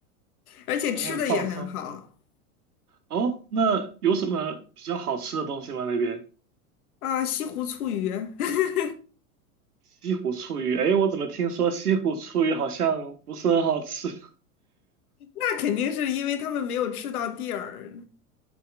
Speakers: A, on the left; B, on the right.
A: 而且吃的也很好
B: 感觉很放松。哦，那有什么比较好吃的东西吗？那边
A: 啊，西湖醋鱼，<laughs>
B: 西湖醋鱼，哎，我怎么听说西湖醋鱼好像不是很好吃？<laughs>
A: 那肯定是因为他们没有吃到地儿。